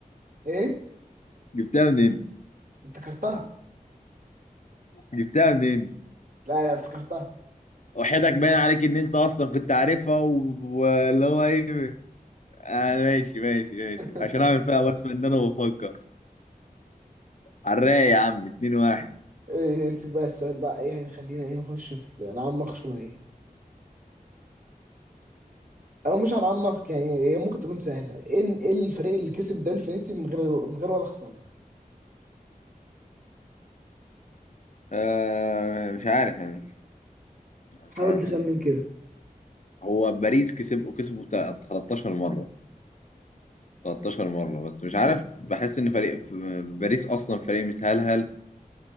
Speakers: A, on the right; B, on the left.
A: ايه
B: جبتها منين؟
A: افتكرتها
B: جبتها منين؟
A: لا لا افتكرتها
B: وحياتك باين عليك ان انت اصلا كنت عارفها و- واللي هو ايه آه ماشي ماشي ماشي
A: <laughs>
B: عشان اعمل فيها وصف ان انا بفكر على الرايق يا عم 2 1
A: إيه، سيب بقى السؤال بقى ايه خلينا ايه نخش في نعمق شوية او مش هنعمق يعني هي ممكن تكون سهله ايه ال- إيه الفريق اللي كسب الدوري الفرنسي من غير من غير ولا خساره
B: آه مش عارف يعني مش
A: حاول
B: عارف
A: تخمن
B: ممكن يكون
A: كده
B: هو باريس كسب كسبه بتاع 13 مرة 13 مرة بس مش عارف بحس ان فريق باريس اصلا فريق متهلهل